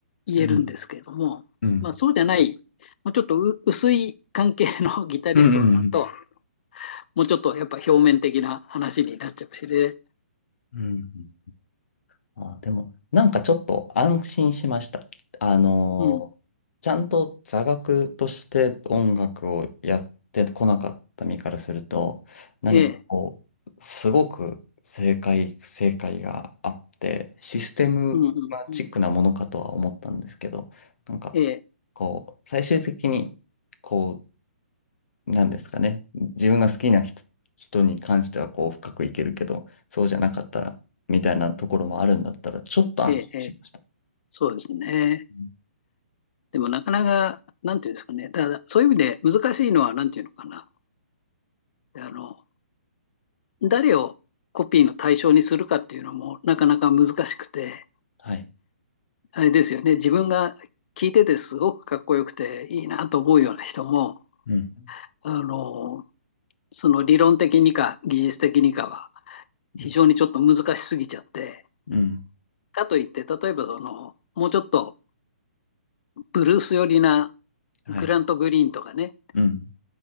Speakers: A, on the left; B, on the left.
A: 言えるんですけれども、
B: うん。うん。
A: まあ、そうじゃない、もうちょっとう薄い関係のギタリストだと、
B: うん。うん。
A: もうちょっとやっぱ表面的な話になっちゃうしね。
B: うん。あー、でも、なんかちょっと安心しました。あのーちゃんと座学として音楽をやってこなかった身からすると、
A: うん。
B: 何かこう、
A: ええ、
B: すごく正解、正解があって、システムマチックなものかとは思ったんですけど、
A: うんうんうん。
B: なんか、
A: ええ、
B: こう、最終的に、こう、なんですかね。自分が好きな人、人に関してはこう深くいけるけど、そうじゃなかったら、みたいなところもあるんだったら、ちょっと安心しました。
A: ええ、ええ、そうですね。
B: うん
A: でもなかなか、なんていうんですかね。だからそういう意味で難しいのは、なんていうのかな。あの、誰をコピーの対象にするかっていうのもなかなか難しくて、
B: はい。
A: あれですよね、自分が聞いててすごくかっこよくていいなと思うような人も、
B: うん。
A: あの、その理論的にか技術的にかは
B: うん。
A: 非常にちょっと難しすぎちゃって、
B: うん
A: かといって、例えばその、もうちょっとブルース寄りな
B: はい。
A: グラント・グリーンとかね、
B: うん。